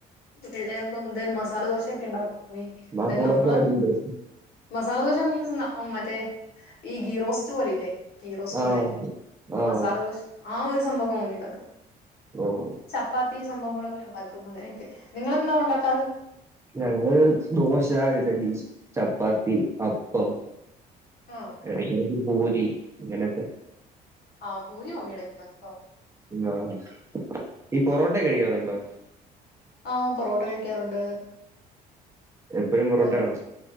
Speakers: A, on the left (about 70°); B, on the right (about 15°).
A: വെള്ളയപ്പം ദെൻ മസാല ദോശയൊക്കെ ഇണ്ടാക്കും മെ
B: മസാല
A: തെ നമ്മള്
B: ദോശ അടിപൊളി ടേസ്റ്റാ
A: മസാലദോശ മീൻ മറ്റേ ഈ ഗീ റോസ്റ്റ് പോലെ ഇല്ലേ ഗീ റോസ്റ്റ്
B: ആഹ്
A: പോലെ
B: ആഹ്
A: മസാലദോശ് ആഹ് ഒരു സംഭവൊക്കെ മമ്മി ഇണ്ടാക്കും
B: ഓഹ്
A: പ്പാത്തി സംഭവങ്ങളൊക്കെ ഇണ്ടാക്കും അങ്ങനെക്കെ നിങ്ങളെന്താ ഉണ്ടാക്കാറ്?
B: ഞങ്ങള് ദോശ, ഇഡലി, ചപ്പാത്തി, അപ്പം
A: ആഹ്
B: എടക്കെടക്ക് ഭൂരി അങ്ങനെക്കെ
A: ആഹ് പൂരി മമ്മി എടക്ക് ഇണ്ടാക്കുട്ടോ
B: ആഹ് ഈ പൊറോട്ടക്കെ കഴിക്കാറുണ്ടോ?
A: ആഹ് പൊറോട്ട കഴിക്കാറുണ്ട്.
B: എപ്പഴും പൊറോട്ട
A: പൊറോ
B: ആണോ?